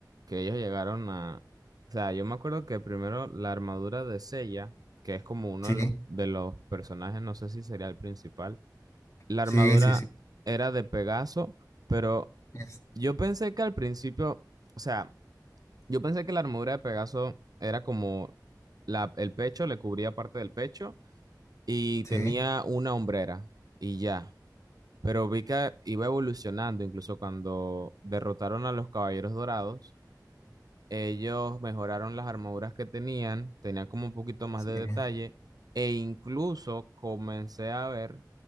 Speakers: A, on the right; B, on the left.
A: que ellos llegaron a... O sea, yo me acuerdo que primero la armadura de Sella, que es como uno
B: Sí,
A: de los, de los personajes, no sé si sería el principal, la
B: sí,
A: armadura
B: sí, sí.
A: era de Pegaso, pero
B: es-
A: yo pensé que al principio, o sea, yo pensé que la armadura de Pegaso era como la, el pecho, le cubría parte del pecho y
B: Sí,
A: tenía una hombrera y ya. Pero vi que iba evolucionando, incluso cuando derrotaron a los Caballeros Dorados, ellos mejoraron las armaduras que tenían, tenían como un poquito más
B: sí,
A: de detalle,
B: sí.
A: e incluso comencé a ver